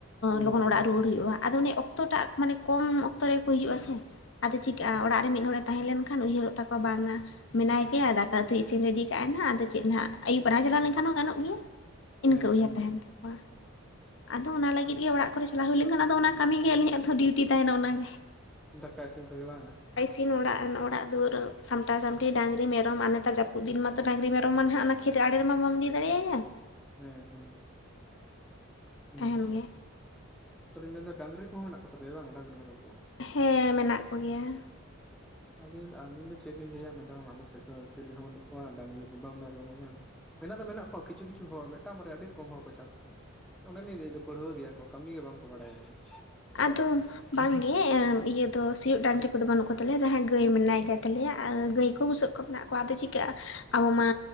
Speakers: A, in the centre; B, on the left.
A: ᱦᱩᱸ
B: ᱞᱚᱜᱚᱱ ᱚᱲᱟᱜ ᱨᱩᱣᱟᱹᱲ ᱦᱩᱭᱩᱜᱼᱟ ᱟᱫᱚ ᱚᱱᱮ ᱚᱠᱛᱚᱴᱟᱜ ᱢᱟᱱᱮ ᱠᱚᱢ ᱚᱠᱛᱚ ᱨᱮᱠᱚ ᱦᱤᱡᱩᱜᱼᱟ ᱥᱮ ᱾ ᱟᱫᱚ ᱪᱤᱠᱟᱹᱜᱼᱟ ᱚᱲᱟᱜ ᱨᱮ ᱢᱤᱫ ᱦᱚᱲᱮ ᱛᱟᱦᱮᱸ ᱞᱮᱱᱠᱷᱟᱱ ᱩᱭᱦᱟᱹᱨᱚᱜ ᱛᱟᱠᱚᱣᱟ ᱵᱟᱝ-ᱟ ᱾ ᱢᱮᱱᱟᱭ ᱠᱮᱭᱟ ᱫᱟᱠᱟ ᱩᱛᱩᱭ ᱤᱥᱤᱱ ᱨᱮᱰᱤ ᱠᱟᱜ ᱟᱭ ᱦᱟᱸᱜ ᱟᱫᱚ ᱪᱮᱫ ᱱᱟᱜ ᱟᱫᱚ ᱟᱭᱩᱵ ᱯᱟᱨᱟ ᱪᱟᱞᱟᱣ ᱞᱮᱱᱠᱷᱟᱱ ᱦᱚᱸ ᱜᱟᱱᱚᱜ ᱜᱮᱭᱟ ᱾
A: ᱦᱮᱸ
B: ᱤᱱᱠᱟᱹ ᱩᱭᱦᱟᱹᱨ
A: ᱦᱮᱸ
B: ᱛᱟᱦᱮᱱ ᱛᱟᱠᱚᱣᱟ ᱾ ᱟᱫᱚ ᱚᱱᱟ ᱞᱟᱹᱜᱤᱫ ᱜᱮ ᱚᱲᱟᱜ ᱠᱚᱨᱮ ᱪᱟᱞᱟᱣ ᱦᱩᱭ ᱞᱮᱱᱠᱷᱟᱱ ᱟᱫᱚ ᱚᱱᱟ ᱠᱟᱹᱢᱤ ᱜᱮ ᱟᱹᱞᱤᱧᱟᱜ ᱫᱚ ᱰᱤᱭᱩᱴᱤ ᱛᱟᱦᱮᱱᱟ ᱚᱱᱟᱜᱮ ᱾
A: ᱫᱟᱠᱟ ᱤᱥᱤᱱ ᱠᱚᱜᱮ ᱵᱟᱝ ᱼᱟ ᱾
B: ᱤᱥᱤᱱ ᱚᱲᱟᱜ ᱨᱮ ᱚᱲᱟᱜ ᱫᱩᱣᱟᱹᱨ ᱥᱟᱢᱴᱟᱣ ᱥᱟᱢᱴᱤ ᱰᱟᱝᱨᱤ ᱢᱮᱨᱚᱢ ᱟᱨ ᱱᱮᱛᱟᱨ ᱡᱟᱹᱯᱩᱫ ᱫᱤᱱ ᱢᱟᱛᱚ ᱰᱟᱝᱨᱤ ᱢᱮᱨᱚᱢ ᱢᱟ ᱱᱟᱦᱟᱜ ᱠᱷᱮᱛ ᱟᱲᱮ ᱨᱮᱢᱟ ᱵᱟᱢ ᱤᱫᱤ ᱫᱟᱲᱮ ᱟᱭᱟ ᱾
A: ᱦᱮᱸ ᱦᱮᱸ ᱦᱩᱸ
B: ᱛᱟᱦᱮᱱ
A: ᱾
B: ᱜᱮ
A: ᱛᱚ ᱞᱤᱧ ᱢᱮᱱᱫᱟ ᱰᱟᱝᱨᱤ ᱠᱚᱦᱚᱸ ᱢᱮᱱᱟᱜ ᱠᱚ ᱛᱟᱯᱮᱭᱟ ᱵᱟᱝ ᱰᱟᱝᱨᱤ ᱢᱮᱨᱚᱢ ᱠᱚ ᱾
B: ᱦᱮᱸ ᱢᱮᱱᱟᱜ ᱠᱚ ᱜᱮᱭᱟ ᱾
A: ᱟᱹᱞᱤᱧ ᱫᱚ ᱟᱹᱞᱤᱧ ᱫᱚ ᱪᱮᱜ ᱵᱮᱱ ᱞᱟᱹᱭᱟ ᱢᱮᱰᱟᱢ ᱟᱞᱮ ᱥᱮᱫ ᱫᱚ ᱪᱤᱞᱤ ᱦᱚᱸ ᱵᱟᱹᱱᱩᱜ ᱠᱚᱣᱟ ᱰᱟᱝᱨᱤ ᱦᱚᱸ ᱵᱟᱝ ᱢᱮᱨᱚᱢ ᱦᱚᱸ ᱵᱟᱝ ᱾ ᱢᱮᱱᱟᱜ ᱫᱚ ᱢᱮᱱᱟᱜ ᱠᱚᱣᱟ ᱠᱤᱪᱷᱩ ᱠᱤᱪᱷᱩ ᱦᱚᱲ ᱢᱤᱫᱴᱟᱝ ᱢᱟᱨᱟᱭᱟ ᱟᱹᱰᱤ ᱠᱚᱢ ᱦᱚᱲ ᱠᱚ ᱪᱟᱥ ᱠᱚᱣᱟ ᱾ ᱚᱱᱮᱞᱤᱧ ᱞᱟᱹᱭ ᱫᱟ ᱯᱟᱹᱲᱣᱟᱹ ᱜᱮᱭᱟ ᱠᱚ ᱠᱟᱹᱢᱤ ᱜᱮ ᱵᱟᱝᱠᱚ ᱵᱟᱲᱟᱭᱟ ᱾
B: ᱟᱫᱚ ᱵᱟᱝᱜᱮ ᱤᱭᱟᱹ ᱫᱚ ᱥᱤᱭᱳᱜ ᱰᱟᱝᱨᱤ ᱩᱱ ᱠᱚᱫᱚ ᱵᱟᱹᱱᱩᱜ ᱠᱚᱛᱟᱞᱮᱭᱟ ᱡᱟᱦᱟᱸᱭ ᱜᱟᱹᱭ ᱢᱮᱱᱟᱭ ᱠᱟᱭ ᱛᱟᱞᱮᱭᱟ ᱜᱟᱹᱭ ᱠᱚ ᱵᱩᱥᱟᱹᱜ ᱠᱚ ᱢᱮᱱᱟᱜ ᱠᱚᱣᱟ ᱟᱫᱚ ᱪᱤᱠᱟᱹᱜᱼᱟ ᱟᱵᱚ ᱢᱟ